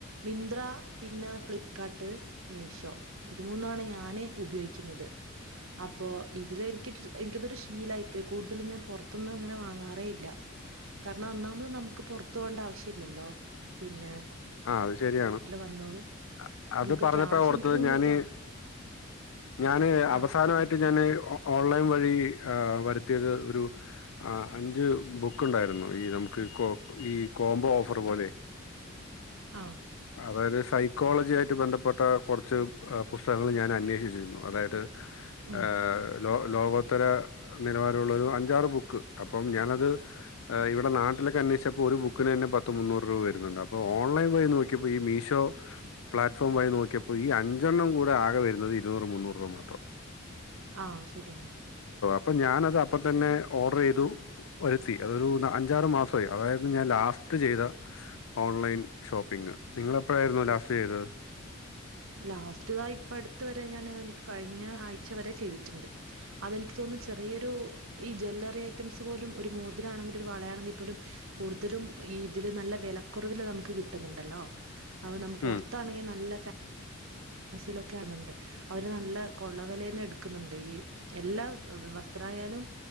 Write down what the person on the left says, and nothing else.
ആ അത് ശരിയാണ്
അ അത്
പറഞ്ഞപ്പഴാ
ഓർത്തത്
ഞാന്
ഞാന് അവസാനമായിട്ട്
ഞാന് ഓ ഓൺലൈൻ വഴി വരുത്തിയത് ഒരു അഞ്ച് ബുക്ക് ഉണ്ടായിരുന്നു ഈ നമുക്ക് കോ ഈ കോംബോ ഓഫർ പോലെ
അതായത് സൈക്കോളജി ആയിട്ട് ബന്ധപ്പെട്ട കൊറച്ച് പുസ്തകങ്ങൾ ഞാൻ അന്വേഷിച്ചിരുന്നു അതായത്
ഏ ലോ ലോകോത്തര നിലവാരമുള്ള ഒരു അഞ്ചാറ് ബുക്ക് അപ്പം ഞാനത് ഇവിടെ നാട്ടിലൊക്കെ അന്വേഷിച്ചപ്പോ ഒരു ബുക്കിന് തന്നെ പത്ത് മുന്നൂറ് രൂപ വരുന്നുണ്ട് അപ്പോൾ ഓൺലൈൻ വഴി നോ ക്കിയപ്പോ ഈ മീഷോ പ്ലാറ്റ്ഫോം വഴി നോക്കിയപ്പോൾ ഈ അഞ്ചെണ്ണം കൂടെ ആകെ വരുന്നത് ഇരുന്നൂറ് മുന്നൂറ് രൂപ മാത്രം
അപ്പോൾ ഞാനത് അപ്പം തന്നെ ഓർഡർ ചെയ്തു വരുത്തി അതൊരു അഞ്ചാറ് മാസമായി അതായത് ഞാൻ ലാസ്റ്റ് ചെയ്ത ഓൺലൈൻ ഷോപ്പിംഗ് നിങ്ങള് എപ്പഴായിരുന്നു ലാസ്റ്റ് ചെയ്തത്
ഉം